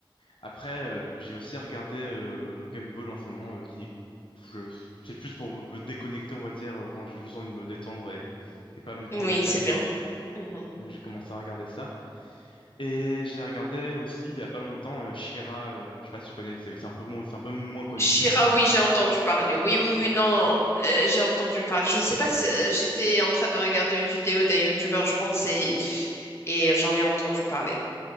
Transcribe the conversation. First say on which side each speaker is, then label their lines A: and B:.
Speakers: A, on the left; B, on the left.
A: Après, euh, j'ai aussi regardé euh, Gumball en ce moment, euh, qui je- c'est plus pour me me déconnecter, on va dire, euh, quand j'ai juste envie de me détendre et, et pas me prendre
B: Oui,
A: la tête,
B: c'est bien.
A: quoi.
B: Mhm.
A: Donc j'ai commencé à regarder ça. Et j'ai regardé aussi, il y a pas longtemps, euh, She-Ra, euh, je sais pas si tu connais, c'est c'est un peu, moins- c'est un peu moins connu,
B: Shira,
A: je pense.
B: oui, j'ai entendu parler. Oui, oui, oui,
A: Ouais.
B: non, non, euh, j'ai entendu parler. Je sais pas si euh, j'étais en train de regarder une vidéo d'un youtubeur, je pense, et, et j'en ai entendu parler.